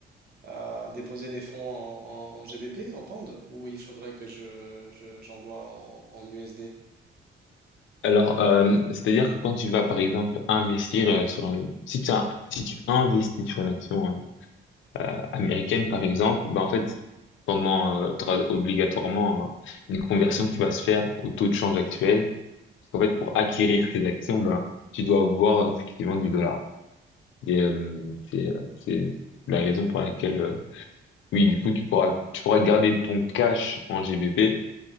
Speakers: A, on the right; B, on the left.
A: euh, déposer des fonds en, en- en GBP, en pound, ou il faudrait que je, je- j'envoie en, en USD?
B: Alors, euh, c'est-à-dire que quand tu vas, par exemple, investir euh, sur un... Si tu as- si tu investis sur une action euh, euh, américaine, par exemple, bah, en fait, pendant, euh, tu auras obligatoirement euh, une conversion qui va se faire au taux de change actuel. Parce qu'en fait, pour acquérir ces actions, ben tu dois avoir euh, effectivement du dollar. Et, euh, c'est, euh, c'est la raison pour laquelle, euh, oui, du coup, tu pourras, tu pourras garder ton cash en GBP,